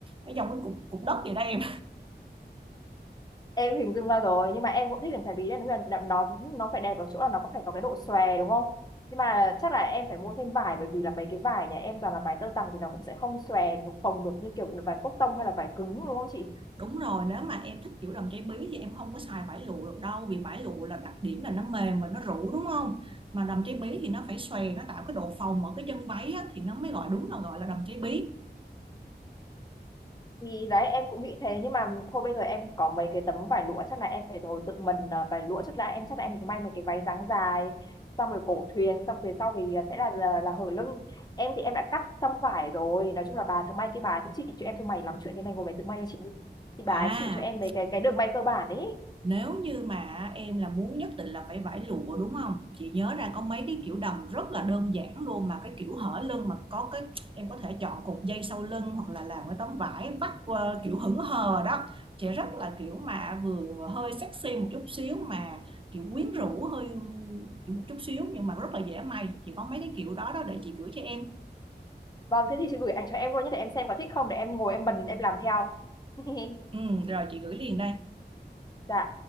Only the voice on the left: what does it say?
Em hình dung ra rồi, nhưng mà em cũng thích làm chải bí đấy, nó là nó nó phải đẹp ở chỗ là nó có phải có cái độ xòe đúng không? Nhưng mà chắc là em phải mua thêm vải bởi vì là mấy cái vải nhà em toàn là vải tơ tằm thì nó cũng sẽ không xòe được, phồng được như kiểu vải cotton hay là vải cứng đúng không chị?
thì đấy em cũng nghĩ thế nhưng mà thôi bây giờ em có mấy cái tấm vải lụa chắc là em phải ngồi tự mình à, vải lụa trước đã em chắc là em định may mấy cái váy dáng dài xong rồi cổ thuyền xong phía sau thì à, sẽ là là, là hở lưng em thì em đã cắt xong vải rồi nói chung là bà thợ may kia bà cũng chỉ cho em thôi mày lắm chuyện thế này ngồi mày tự may cho chị đi thì bà
ấy chỉ cho em mấy cái cái đường may cơ bản ấy
vâng thế thì chị gửi ảnh cho em luôn nhé để em xem có thích không để em ngồi em bần em làm theo <laughs>
dạ